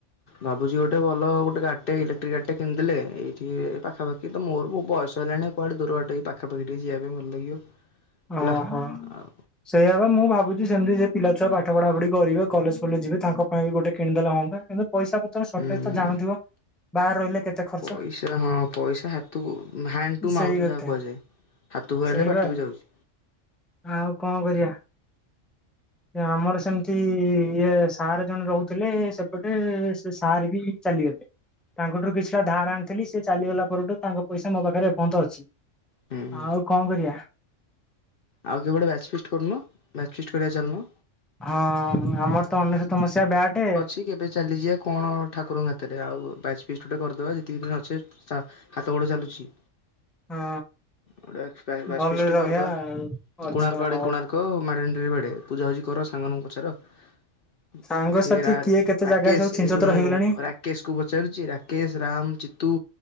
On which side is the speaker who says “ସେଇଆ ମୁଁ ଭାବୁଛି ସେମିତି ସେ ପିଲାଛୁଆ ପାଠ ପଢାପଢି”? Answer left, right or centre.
Centre